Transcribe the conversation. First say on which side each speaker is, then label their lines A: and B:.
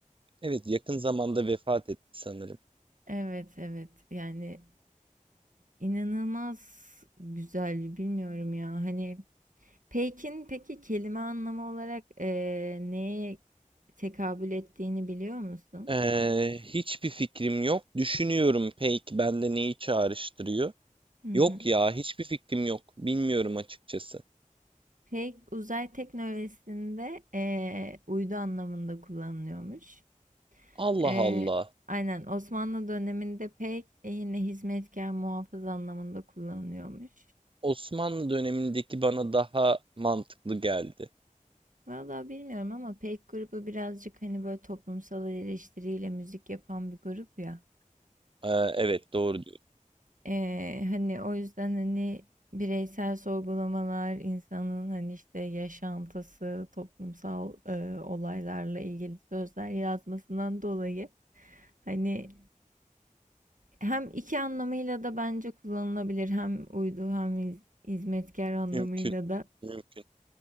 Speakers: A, on the right; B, on the right.
A: Evet yakın zamanda vefat etti sanırım.
B: Evet evet yani İnanılmaz güzel, bilmiyorum ya. Hani pek'in peki kelime anlamı olarak eee, neye tekabül ettiğini biliyor musun?
A: Ee, hiçbir fikrim yok. Düşünüyorum peki bende neyi çağrıştırıyor?
B: Hı hı.
A: Yok ya hiçbir fikrim yok. Bilmiyorum açıkçası.
B: Peyk uzay teknolojisinde eee, uydu anlamında kullanılıyormuş.
A: Allah
B: Eee,
A: Allah.
B: aynen Osmanlı döneminde pek e, yine hizmetkar muhafız anlamında kullanılıyormuş.
A: Osmanlı dönemindeki bana daha mantıklı geldi.
B: Vallahi bilmiyorum ama pek grubu birazcık hani böyle toplumsal eleştiriyle müzik yapan bir grup ya.
A: Ee, evet doğru diyorsun.
B: Eee, hani, o yüzden, hani, bireysel sorgulamalar, insanın, hani, işte, yaşantısı, toplumsal, eee, olaylarla ilgili sözler yazmasından dolayı, hani, hem 2 anlamıyla da bence kullanılabilir. Hem uydu hem hiz hizmetkâr anlamıyla
A: Mümkün.
B: da.
A: Mümkün.